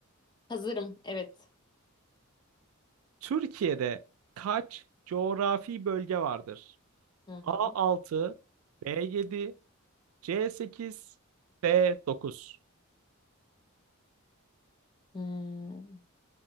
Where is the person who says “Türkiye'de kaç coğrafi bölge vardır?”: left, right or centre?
Right